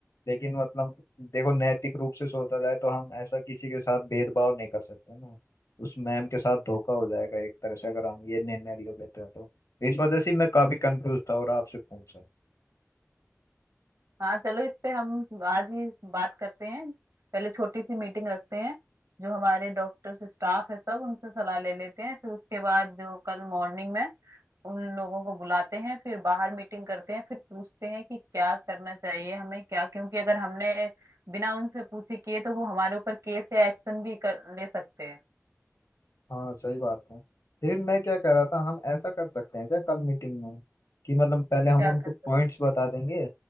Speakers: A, on the left (about 70°); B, on the right (about 70°).
A: लेकिन मतलब देखो नैतिक रूप से सोचा जाए तो हम ऐसा किसी के साथ भेदभाव नहीं कर सकते ना उस मैम के साथ धोखा हो जाएगा एक तरह से अगर हम ये निर्णय ले लेते हैं तो इस वजह से मैं काफी कंफ्यूज था और आपसे पूछा
B: हाँ चलो इस पे हम आज ही बात करते हैं पहले छोटी सी मीटिंग रखते हैं जो हमारे डॉक्टर्स स्टाफ है सब उनसे सलाह ले लेते हैं फिर उसके बाद जो कल मॉर्निंग में उन लोगों को बुलाते हैं फिर बाहर मीटिंग करते हैं फिर पूछते हैं कि क्या करना चाहिए हमें क्या क्योंकि अगर हमने बिना उनसे पूछे किए तो वो हमारे ऊपर केस या एक्शन भी कर ले सकते हैं
A: हाँ सही बात है लेकिन मैं क्या कह रहा था हम ऐसा कर सकते हैं क्या कल मीटिंग में कि मतलब पहले हम
B: क्या
A: उनको
B: कर सकते
A: पॉइंट्स बता देंगे